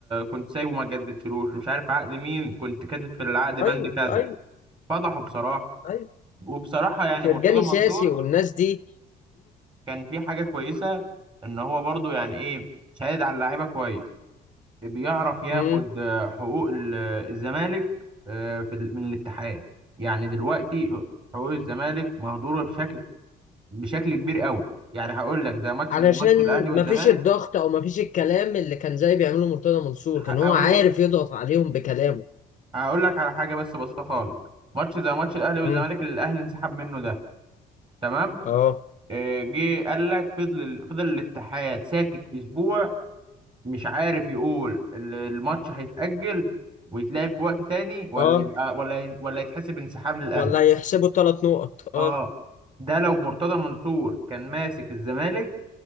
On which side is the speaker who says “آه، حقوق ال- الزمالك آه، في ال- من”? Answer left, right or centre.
Right